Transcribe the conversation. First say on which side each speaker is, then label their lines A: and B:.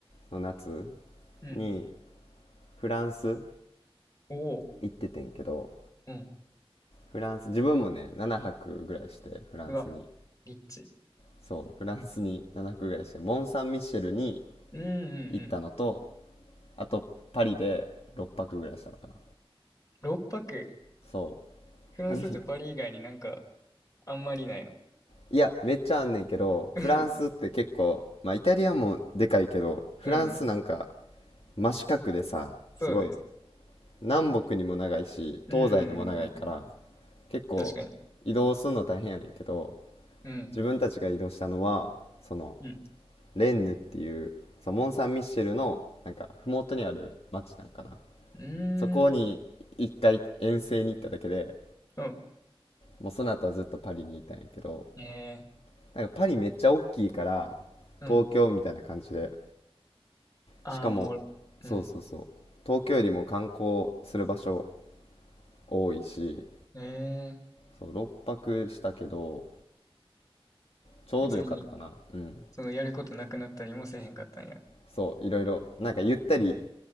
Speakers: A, on the left; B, on the left.
A: の夏
B: うん。
A: にフランス
B: おお、
A: 行っててんけど、
B: うん。
A: フランス、自分もね、7泊ぐらいして、フランスに。
B: うわ、リッチ。
A: そう、フランスに7泊ぐらいして、モン・サン・ミッシェルに
B: うんうんう
A: 行ったのと、
B: ん。
A: あとパリで6泊ぐらいしたのかな。
B: 6泊。
A: そ
B: フランスってパリ以外になんか、
A: う。パリ
B: あんまりないの。
A: いや、めっちゃあんねんけど、
B: <laughs>
A: フランスって結構、まあイタリアもでかいけど、フランスなんか
B: うんうん。
A: 真四角でさ、
B: そうだね。
A: すごい、南北にも長いし、
B: うんうんうんうん。
A: 東西にも長いから、結構移動するの大変やねんけど
B: 確かに。うん。
A: 自分たちが移動したのはその
B: うん。
A: レンヌっていうそのモン・サン・ミッシェルのなんか麓にある町なんかな
B: うーん。
A: そこに一回遠征に行っただけで
B: うん。
A: もうその後はずっとパリにいたんやけど
B: え
A: なんかパリめっちゃ大きいから
B: ー。
A: 東京みたいな感じで
B: うん。ああ、
A: しかもそうそうそう東京よりも観光する場所
B: もう、うん。
A: 多いし
B: えー。
A: そう6泊したけどちょうどよかったかなうん
B: 別に、その、やることなくなったりもせえへんかったんや。
A: そういろいろなんかゆったり